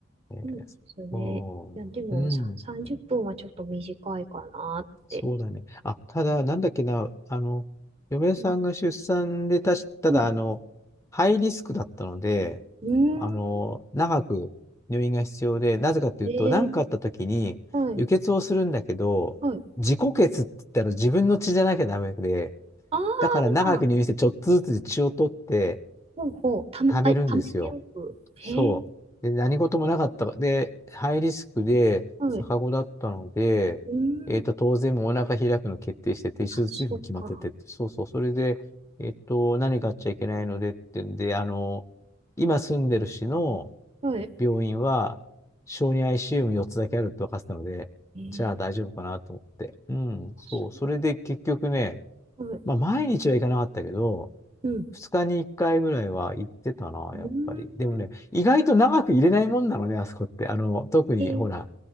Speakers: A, on the left; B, on the right.
A: えええそっか。
B: うんですね。いや、でもさ、
A: うん。
B: 30分はちょっと短いかなって。
A: そうだね。あ、ただ、なんだっけな、あの、嫁さんが出産でたし、
B: うん。
A: ただ、
B: うん。
A: あの、ハイリスクだったので、
B: うーん。
A: あの、長く入院が必要で、なぜかっていうと、
B: えー、
A: 何かあった時に、
B: はい。
A: 輸血をするんだけど、
B: はい。
A: 自己血って言ったら自分の血じゃなきゃダメで、
B: あ
A: だから長く入院してちょっとずつ血を取って、
B: あ、ほうほう。ため、
A: 貯めるんですよ。
B: あ、貯めておく。
A: そう。
B: えー、
A: で、何事もなかったか。で、ハイリスクで、
B: はい。
A: 逆子だったので、
B: うーん。
A: えっと、当然もうお腹開くの決定してて、手術費も決まっててって、
B: あ、そっか。
A: そうそう、それで、えっと、何買っちゃいけないのでってんで、あの、今住んでる市の
B: はい。
A: 病院は、小児 ICU4 つだけあるって分かってたので、
B: えー、
A: じゃあ大丈夫かなと思って。うん、
B: あ、
A: そう。
B: そ
A: それで結局ね、
B: う。はい。
A: まあ、毎日は行かなかったけど、
B: うん。
A: 2日に1回ぐらいは行ってたな、
B: うーん。
A: やっぱり。でもね、意外と長く入れないもんなのね、あそこって。あの、特に、
B: えー、
A: ほら、